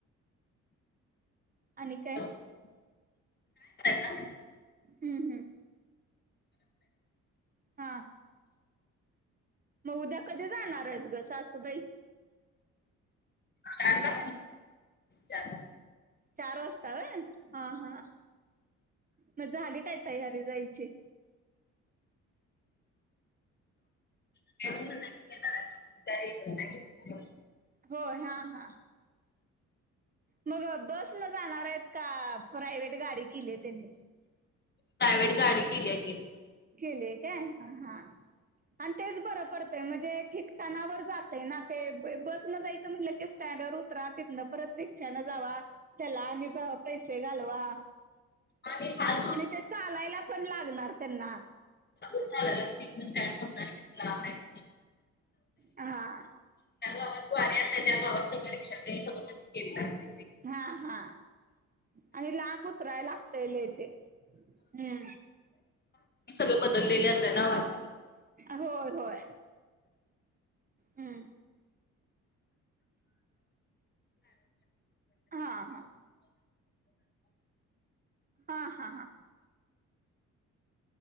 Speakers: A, on the right (about 30°); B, on the left (about 35°).
A: आणि काय
B: म्हणतात ना म्हटलं
A: हम्म हम्म. हा. मग उद्या कधी जाणार आहेत ग स असूबाई.
B: चारला. चार
A: चार वाजता व हा हा मग झाली काय तयारी जायची.
B: त्या. <inaudible>
A: होय हा हा. मग बस न जाणार आहेत का प्रायव्ट गाडी केली त्यांन
B: प्रायव्हेट गाडी केली ग.
A: केलेय काय हा. आणि तेच बरं पडतंय म्हणजे ठिकठाणावर जातय ना ते बस न जायचं म्हणलं की स्टँडर. ाततन परत रिक्षाने जावा त्याला आणि पैसे घालवा.
B: आणि फल.
A: आणि ते चालायला पण लागणार त्यांना.
B: <inaudible> ह.
A: हा.
B: त्या गावात वारी असते त्या गावात सं ब केले अस.
A: हा हा आणि लांब उतराय लागतय लई ते हूं.
B: सगळं बदललेल्या च आहे ना ओ आता.
A: होय होय हूं! हा हा! हा हा हा!